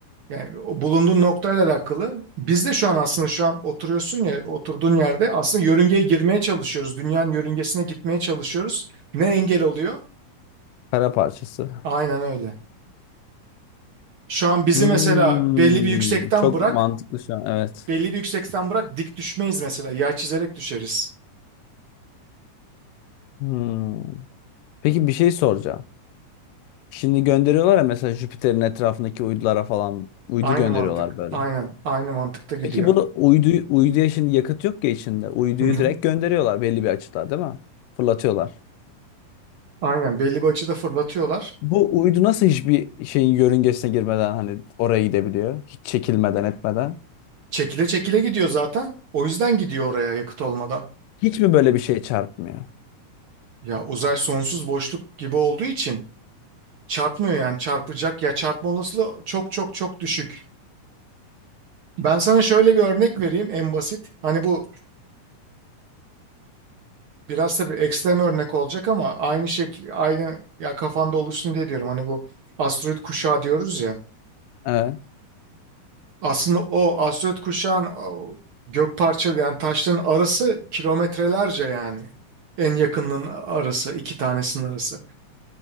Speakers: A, on the right (about 65°); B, on the left (about 90°).
A: yani o bulunduğun noktayla alakalı biz de şu an aslında şu an oturuyorsun ya oturduğun yerde aslında yörüngeye girmeye çalışıyoruz. Dünyanın yörüngesine gitmeye çalışıyoruz. Ne engel oluyor?
B: Kara parçası.
A: Aynen öyle. Şu an bizi
B: Hmm,
A: mesela belli bir yüksekten
B: çok
A: bırak,
B: mantıklı şu an. Evet.
A: belli bir yüksekten bırak dik düşmeyiz mesela. Yay çizerek düşeriz.
B: Hmm. Peki bir şey soracağım. Şimdi gönderiyorlar ya mesela Jüpiter'in etrafındaki uydulara falan uydu
A: Aynı
B: gönderiyorlar
A: mantık.
B: böyle.
A: Aynen. Aynı mantıkta gidiyor.
B: Peki bu uydu uyduya şimdi yakıt yok ya içinde. Uyduyu
A: Hı hı.
B: direkt gönderiyorlar belli bir açıda değil mi? Fırlatıyorlar.
A: Aynen. Belli bir açıda fırlatıyorlar.
B: Bu uydu nasıl hiçbir şeyin yörüngesine girmeden hani oraya gidebiliyor? Hiç çekilmeden etmeden.
A: Çekile çekile gidiyor zaten. O yüzden gidiyor oraya yakıt olmadan.
B: Hiç mi böyle bir şey çarpmıyor?
A: Ya uzay sonsuz boşluk gibi olduğu için çarpmıyor yani çarpacak ya çarpma olasılığı çok çok çok düşük. Ben sana şöyle bir örnek vereyim en basit. Hani bu Biraz tabii ekstrem örnek olacak ama aynı şey aynı ya kafanda oluşsun diye diyorum. Hani bu asteroid kuşağı diyoruz ya.
B: Evet.
A: Aslında o asteroid kuşağın o gök parçalı yani taşların arası kilometrelerce yani. En yakınının arası, iki tanesinin arası.